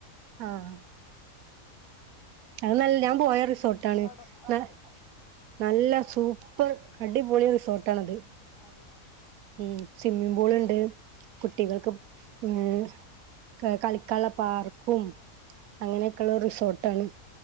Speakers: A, on the right; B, on the left.
A: ആഹ് അത് നല്ല ഞാൻ പോയ റിസോർട്ടാണ്
B: നിങ്ങളോടോ അതെ
A: ന നല്ല
B: ആ
A: സു പ്പർ അടിപൊളി റിസോർട്ട് ആണത്
B: അതെയോ
A: ഉം സ്വിമ്മിംഗ് പൂൾ
B: ആ
A: ണ്ട് കുട്ടികൾക്കും
B: ആ ആ
A: ഉം കളി കളിക്കാള്ള പാർക്കും അങ്ങനെയൊക്കെള്ള
B: ആ ആ
A: റിസോ ട്ടാണ്